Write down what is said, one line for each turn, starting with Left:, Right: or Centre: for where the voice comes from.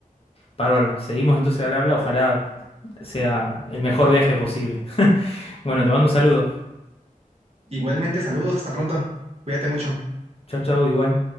Left: Bárbaro, seguimos entonces al habla, ojalá sea el mejor viaje posible. Bueno, te mando un saludo.
Right: Igualmente, saludos, hasta pronto. Cuídate mucho.
Left: Chao, chao, igual.